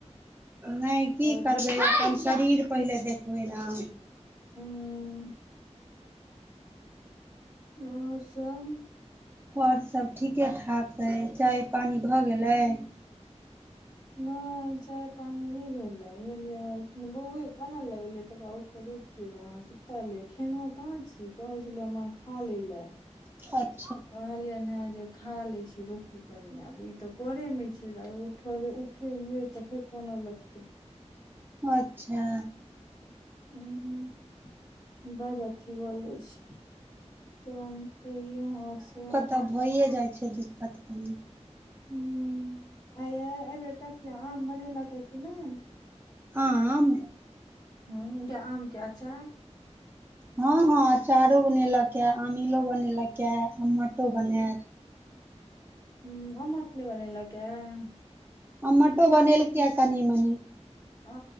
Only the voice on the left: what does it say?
करू
हूँ आओर सब
नहि चाय पानि नहि भेलयै बुझलियै बौआ कान लगेलै तकरा उठ क दूध केलहुँ अँ सुताल ले खेनहहुँ कहाँ छी कहै छलै हम खा लै लए
तऽ कहलिय नहा जे खा लै छी रोकू कनि आब ई तऽ कोरेमे छै आब उठे हुए तऽ फेर कोना लगतै
हूं हूं बड अथि हो जाय छै त कहियो आओर सब
ह आ एहिबेर का आम बनेलक है कि नहि ह
ह्म्म आम के अचार
ह हमर अपने बनेलक ऐ <unintelligible>
अ